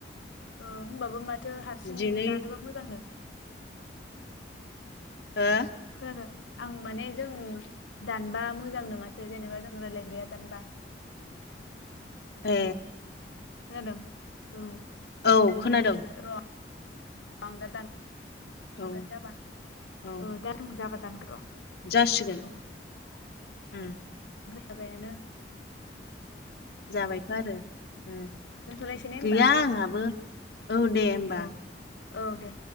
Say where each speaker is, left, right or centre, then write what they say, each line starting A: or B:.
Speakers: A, on the left; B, on the left.
A: ओ होनोमबाबो माथो हारसिं
B: दिनै
A: दानोबा मोजांनो
B: हो
A: खोनादों आं माने जोङो दानबा मोजांनो माथो जेनेबा जों रायलायग्राया दानबा
B: ए
A: खोनादों ओम
B: औ
A: दानो
B: खोनादों
A: मोना लसो र' आं दा दान
B: औ
A: दानगोन जाबा
B: औ
A: ओ दा नों जाबा दानगोन र'
B: जासिगोन
A: औ
B: ओम
A: जाबायानो
B: जाबायथ' आरो ओम
A: दोनथ'लायसै ने होमबा
B: गैया आंहाबो औ दे होमबा
A: औ औ दे